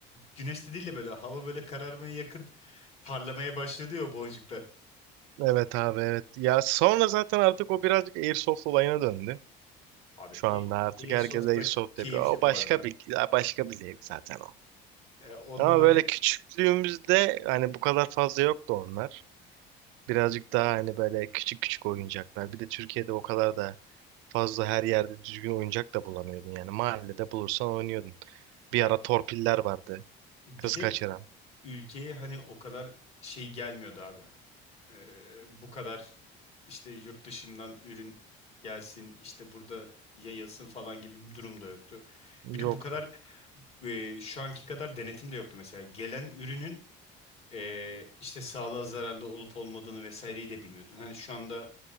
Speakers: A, on the left; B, on the right.
A: güneşli değil de böyle hava böyle kararmaya yakın parlamaya başladı ya o boncuklar.
B: Evet abi evet. Ya sonra zaten artık o birazcık Airsoft olayına döndü.
A: Abi
B: Şu anda
A: A-
B: artık
A: Airsoft
B: herkes Airsoft
A: da keyifli
B: yapıyor. O
A: bu
B: başka
A: arada.
B: bir başka bir zevk zaten o.
A: Ee, onunla
B: Ama
A: böyle
B: böyle küçüklüğümüzde hani bu kadar fazla yoktu onlar. Birazcık daha hani böyle küçük küçük oyuncaklar. Bir de Türkiye'de o kadar da fazla her yerde düzgün oyuncak da bulamıyordun yani. Mahallede bulursan oynuyordun. Bir
A: ya
B: ara torpiller vardı.
A: bir
B: Kız
A: de
B: kaçıran.
A: ülkeye hani o kadar şey gelmiyordu abi. Ee, bu kadar işte yurt dışından ürün gelsin işte burada yayılsın falan gibi bir durum da yoktu.
B: Yoktu.
A: Bir de bu kadar e, şu anki kadar denetim de yoktu mesela. Gelen ürünün e, işte sağlığa zararlı olup olmadığını vesaireyi de bilmiyordun. Hani şu anda